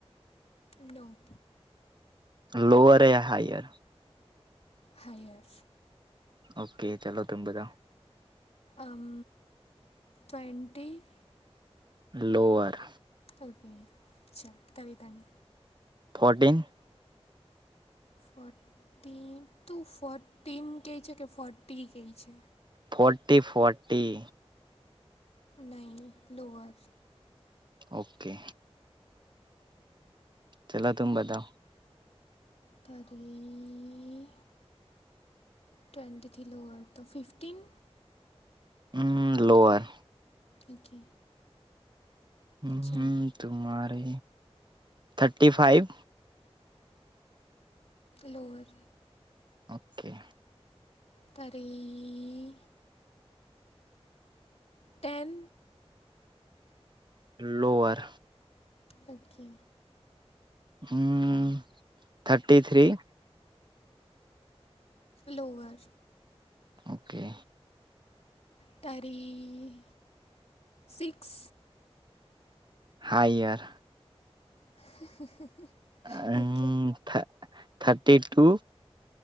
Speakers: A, on the left; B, on the right.
A: નો
B: લોઅરે હાયર
A: હાયર
B: ઓકે ચલો તુમ બતાઓ
A: અમ ટવેન્ટી
B: લોઅર
A: ઓકે છા <unintelligible>
B: ફોટીન
A: ફોર્ટીન તુ ફોર્ટીન કેય છે કે ફોર્ટી કેય છે
B: ફોર્ટી ફોર્ટી
A: નઈ લોઅર
B: ઓકે ચલો તુંમ બતાઓ
A: થરી ટવેન્ટીથી લોઅર તો ફિફટીન
B: હમ લોઅર
A: ઓકે
B: હમ
A: ચાલ
B: તુમારે થર્ટી ફાઈવ
A: લોઅર
B: ઓકે
A: તારી ટેન
B: લોઅર
A: ઓકે
B: હમ થર્ટી થ્રી
A: લોઅર
B: ઓકે
A: તારી સિક્સ
B: હા યર
A: <inaudible>
B: હમ
A: ઓકે
B: thirty two